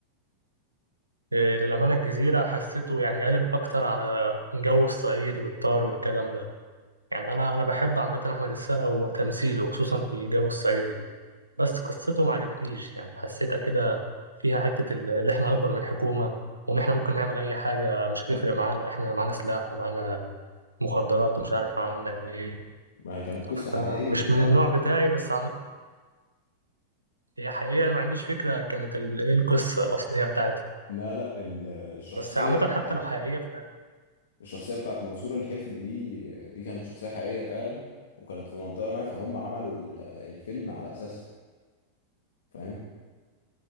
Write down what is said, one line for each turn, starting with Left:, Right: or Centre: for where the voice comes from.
Right: إيه، للأمانة الجزيرة حسيته يعني قالب أكتر على جو الصعيد والطار والكلام ده يعني أنا أنا بحب عامة أحمد السقا وتمثيله خصوصا في الجو الصعيدي بس قصته ما عجبتنيش يعني حسيتها كده فيها حتة ال- اللي إحنا أكبر من الحكومة وإن إحنا ممكن نعمل أي حاجة مش هتفرق معانا إحنا معانا سلاح ومعانا مخدرات ومش عارف معانا إيه
Left: ما هي كانت قصة
Right: فمش
Left: حقيقية فانت
Right: من النوع بتاعي بس عامة هي حقيقة أنا ما عنديش فكرة كانت ال- إيه القصة الأصلية بتاعتها
Left: لا لا ال- الشخصية
Right: بس عامة حتى
Left: بتاعت
Right: لو حقيقية
Left: الشخصية بتاعت منصور الحفني دي دي كانت شخصية حقيقية فعلا وكانت في منطقة ما فهم عملوا ال- الفيلم على أساسها فاهم